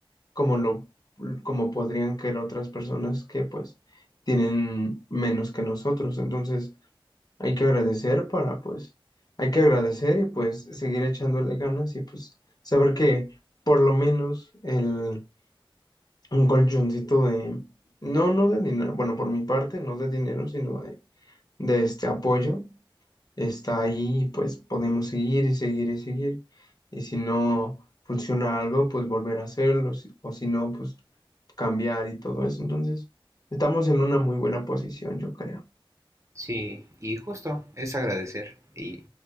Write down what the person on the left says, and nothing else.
como lo como podrían caer otras personas que pues tienen menos que nosotros. Entonces, hay que agradecer para pues hay que agradecer y pues seguir echándole ganas y pues saber que por lo menos el un colchoncito de no no de dinero, bueno, por mi parte, no de dinero, sino de de este apoyo está ahí, pues podemos seguir y seguir y seguir. Y si no funciona algo, pues volver a hacerlo, si- o si no, pues cambiar y todo eso. Entonces, estamos en una muy buena posición, yo creo,